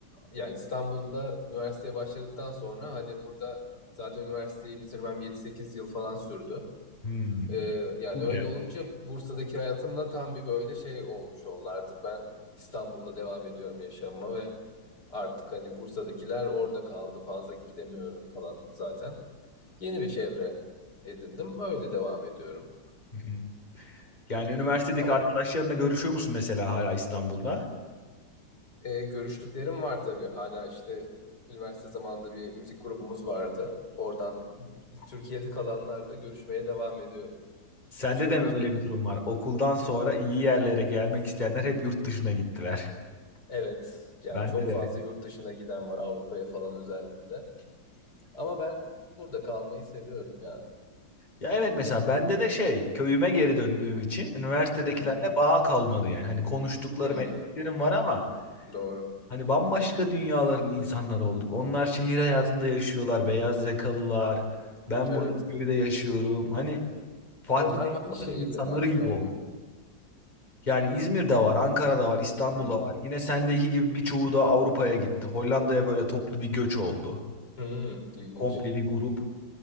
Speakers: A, on the left (about 55°); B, on the left (about 20°).
A: yani İstanbul'da üniversiteye başladıktan sonra hani burada zaten üniversiteyi bitirmem 7-8 yıl falan sürdü.
B: Hmm.
A: E, yani
B: Bayağı.
A: öyle olunca Bursa'daki hayatımla tam bir böyle şey olmuş oldu. Artık ben İstanbul'da devam ediyorum yaşamıma ve artık hani Bursa'dakiler orada kaldı. Fazla gidemiyorum falan zaten. Yeni bir çevre edindim. Öyle devam ediyorum.
B: Hmm. Yani üniversitedeki
A: Ama
B: arkadaşlarınla görüşüyor musun mesela hala İstanbul'da?
A: e, görüştüklerim var tabii. Hala işte üniversite zamanında bir müzik grubumuz vardı. Oradan Türkiye'de kalanlarla görüşmeye devam ediyorum.
B: Sende
A: üç dört
B: de mi
A: kişiden.
B: öyle bir durum var? Okuldan sonra iyi yerlere gelmek isteyenler hep yurt dışına gittiler.
A: Evet. Yani
B: Bende
A: çok
B: de.
A: fazla yurt dışına giden var. Avrupa'ya falan özellikle. Ama ben burada kalmayı seviyorum ya.
B: Ya evet mesela bende de şey köyüme geri döndüğüm için üniversitedekilerle
A: Hı.
B: bağ kalmadı yani. Hani konuştuklarım
A: Hı.
B: ettiklerim var ama
A: Doğru.
B: hani bambaşka dünyaların insanları olduk. Onlar şehir hayatında yaşıyorlar, beyaz yakalılar. Ben
A: Evet.
B: burada köyde yaşıyorum. Hani farklı
A: Onlar
B: dünyaların
A: hangi şehirdeler
B: insanları
A: şu
B: gibi
A: anda?
B: olduk. Yani İzmir'de var, Ankara'da var, İstanbul'da
A: Hı.
B: var. Yine sendeki gibi birçoğu da Avrupa'ya gitti. Hollanda'ya böyle toplu bir göç oldu.
A: Hı. İlginç.
B: Komple bir grup.